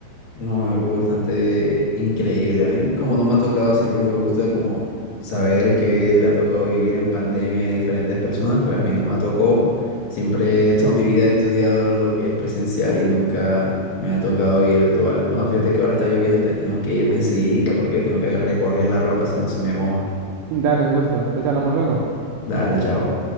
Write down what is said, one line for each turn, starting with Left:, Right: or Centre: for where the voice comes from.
Left: No, algo bastante increíble. A mí como no me ha tocado, siempre me gusta como saber que le ha tocado vivir en pandemia a diferentes personas, pues a mí no me tocó. Siempre <laughs> toda mi vida he estudiado lo que es presencial y nunca me ha tocado virtual. Bueno, fíjate que ahora está lloviendo, entonces tengo que irme enseguidita porque tengo que recoger la ropa si no se me moja.
Right: Dale, un gusto. Entonces hablamos luego.
Left: Dale, chao.